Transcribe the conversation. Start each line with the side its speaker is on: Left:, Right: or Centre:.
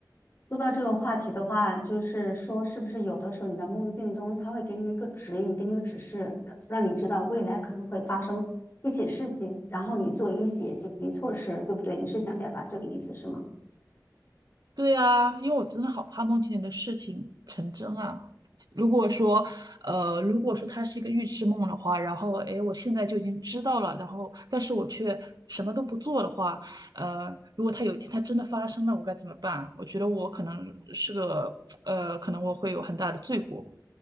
Left: 说到这个话题的话，就是说是不是有的时候你的梦境中，它会给你一个指引，给你一个指示，让你知道未来可能会发生一些事情，然后你做一些紧急措施，对不对？你是想表达这个意思是吗？
Right: 对啊，因为我真的好怕梦见你的事情成真啊。如果说，呃，如果说它是一个预知梦的话，然后，哎，我现在就已经知道了，然后，但是我却什么都不做的话，呃，如果它有一天它真的发生了，我该怎么办？我觉得我可能是个，呃，可能我会有很大的罪过，